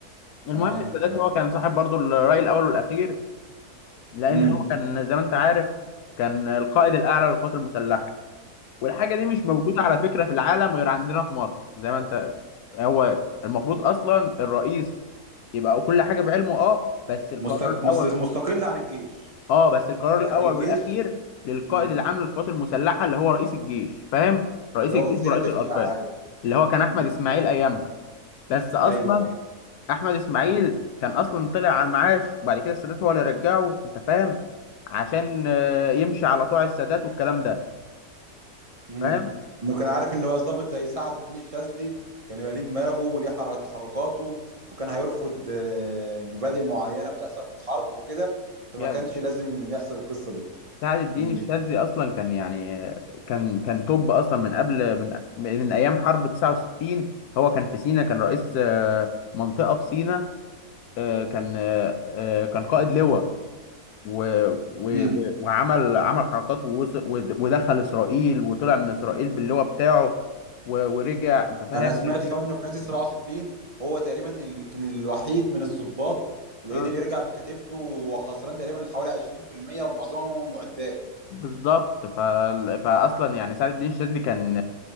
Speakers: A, on the left; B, on the right.
A: المهم
B: تمام
A: السادات
B: تمام
A: هو كان صاحب برضو الرأي الأول والأخير لأن
B: امم
A: هو كان زي ما أنت عارف كان القائد الأعلى للقوات المسلحة والحاجة دي مش موجودة على فكرة في العالم غير عندنا في مصر زي ما أنت هو المفروض أصلا الرئيس يبقى كل حاجة بعلمه أه بس القرار
B: مستق...
A: الأول
B: مست... مستقل عن الجيش
A: اه بس القرار
B: يبقى
A: الاول
B: الجيش
A: والاخير للقائد
B: امم
A: العام للقوات المسلحه اللي هو رئيس الجيش فاهم رئيس
B: اللي
A: الجيش
B: هو وزير
A: ورئيس
B: الدفاع
A: الاركان
B: ايوه
A: اللي هو كان احمد
B: امم
A: اسماعيل ايامها بس اصلا
B: ايوه ايوه
A: احمد اسماعيل
B: امم
A: كان اصلا طلع على المعاش وبعد كده السادات هو اللي رجعه انت فاهم عشان آه، يمشي على طوع السادات والكلام ده
B: امم
A: فاهم
B: انه كان عارف ان هو ظابط زي سعد الدين الشاذلي كان يبقى ليه دماغه وليه حر- تحركاته وكان هيرفض آه، مبادئ معينه بتحصل في الحرب وكده فما
A: يعني
B: كانش لازم يحصل القصه دي
A: سعد الدين
B: امم
A: الشاذلي اصلا كان يعني آه، كان كان توب اصلا من قبل من من ايام حرب 69 هو كان في سينا كان رئيس آه، منطقه في سينا آه، كان آه، آه، كان قائد لواء و... و...
B: امم
A: و- وعمل عمل حركات ووصل ود- ودخل اسرائيل وطلع من اسرائيل باللواء بتاعه و... ورجع انت فاهم
B: انا سمعت
A: من غير
B: كمان انه في نكسة 67 هو تقريبا اللي يمكن الوحيد من الضباط اللي
A: اه
B: قدر يرجع بكتيبته وخسران تقريبا حوالي 20% ومعظمهم معدات
A: بالظبط ف... فاصلا يعني سعد الدين الشاذلي كان